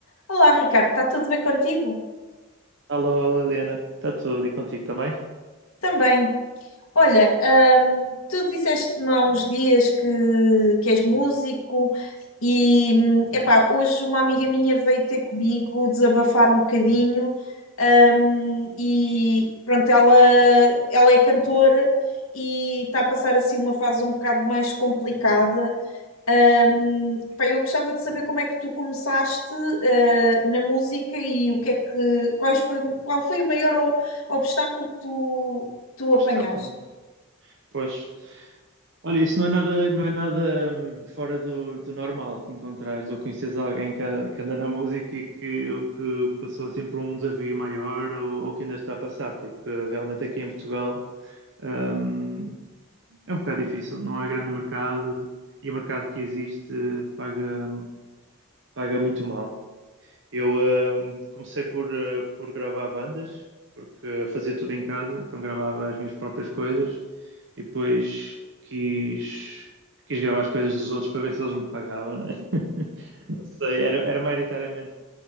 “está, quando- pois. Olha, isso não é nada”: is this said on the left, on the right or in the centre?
Right